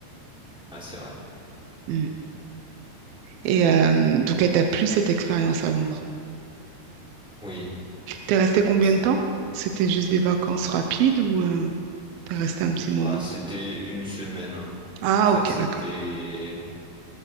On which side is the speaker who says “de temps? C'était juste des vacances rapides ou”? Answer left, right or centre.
Right